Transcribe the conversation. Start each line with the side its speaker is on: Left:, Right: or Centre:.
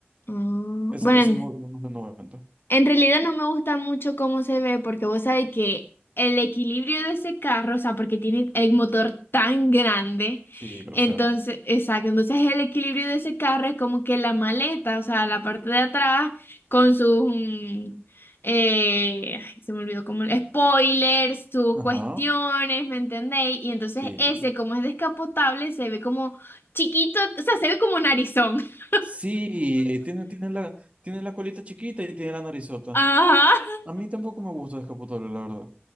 Left: Mm,
Right: Ese,
Left: bueno,
Right: ese módulo
Left: en
Right: no es del noventa.
Left: en realidad no me gusta mucho cómo se ve porque vos sabés que el equilibrio de ese carro, o sea, porque tiene el motor tan grande,
Right: Sí, grosero.
Left: entonces, exacto, entonces el equilibrio de ese carro es como que la maleta, o sea, la parte de atrás con sus, mm, eh, ay, se me olvidó como spoilers, sus
Right: Ajá.
Left: cuestiones, ¿me entendéis? Y entonces
Right: Sí.
Left: ese, como es descapotable, se ve como chiquito, o sea, se ve como narizón. <laughs>
Right: Sí, tiene, tiene la, tiene la colita chiquita y tiene la narizota.
Left: Ajá.
Right: A mí tampoco me gusta Descapotable, la verdad.